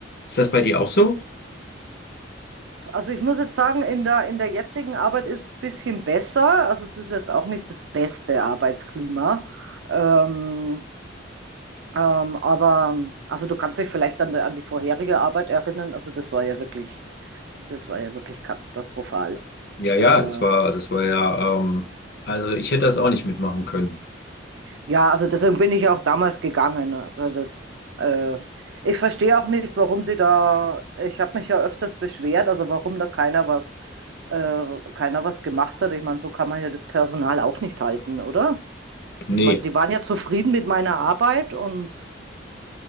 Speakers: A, on the left; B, on the right.
A: Ist das bei dir auch so?
B: Also ich muss jetzt sagen, in der, in der jetzigen Arbeit ist es ein bisschen besser. Also es ist jetzt auch nicht das beste Arbeitsklima. Ähm, Ähm, aber also du kannst dich vielleicht an, der- an die vorherige Arbeit erinnern. Also das war ja wirklich, das war ja wirklich katastrophal.
A: Ja, ja,
B: Äh,
A: das war, das war ja, ähm, also ich hätte das auch nicht mitmachen können.
B: ja, also deswegen bin ich auch damals gegangen. Also das, äh, ich verstehe auch nicht, warum sie da, ich habe mich ja öfters beschwert, also warum da keiner was, äh, keiner was gemacht hat. Ich meine, so kann man ja das Personal auch nicht halten, oder?
A: Nee,
B: Ich meine, die waren ja zufrieden mit meiner Arbeit und